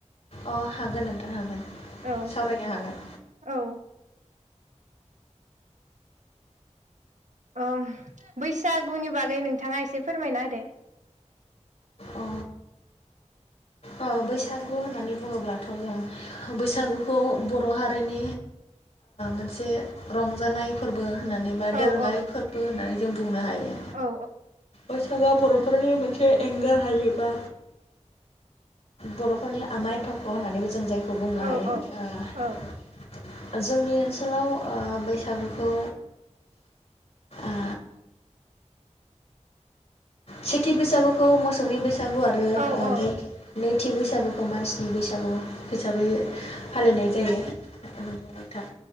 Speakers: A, on the left; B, on the right.
A: अ हागोन नोंथां हागोन
B: औ
A: सावरायनो हागोन
B: औ। अ बैसागुनि बागै नोंथाङा एसे फोरमायना होदो।
A: अ अ बैसागु होननानै बुङोब्लाथ जों बैसागुखौ बर हारिनि मोनसे रंजानाय फोरबो होननानै बा
B: औ
A: दोरोङारि
B: औ
A: फोरबो होननानै जों बुंनो हायो,
B: औ
A: <unintelligible> बरफोरनि मोनसे एंगार हायै बा बर'फोरनि आमाय थख्ल होननानैबो जों जायखौ <unintelligible> बुंनो हायो
B: औ औ
A: ओ।
B: औ
A: जोंनि ओनसोलाव ओ बैसागुखौ ओ सेथि बैसागुखौ मोसौनि बैस सागु आरो
B: औ
A: ओ
B: औ
A: नै-नैथि बैसागु मानसिनि बैसागु हिसाबै फालिनाय जायो नोंथां